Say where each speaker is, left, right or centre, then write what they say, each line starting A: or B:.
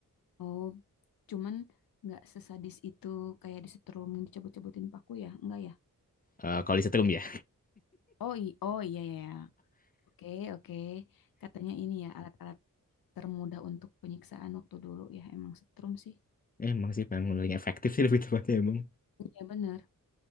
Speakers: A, on the left (about 90°); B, on the left (about 25°).
A: Oh, cuman nggak sesadis itu kayak disetrum dicabut-cabutin paku ya? Enggak ya?
B: Eh, kalau disetrum ya.
A: Oh, i oh iya iya. iya. Oke, oke. Katanya ini ya alat-alat termudah untuk penyiksaan waktu dulu ya emang setrum sih.
B: Emang sih paling paling efektif sih lebih tepatnya emang.
A: Iya bener.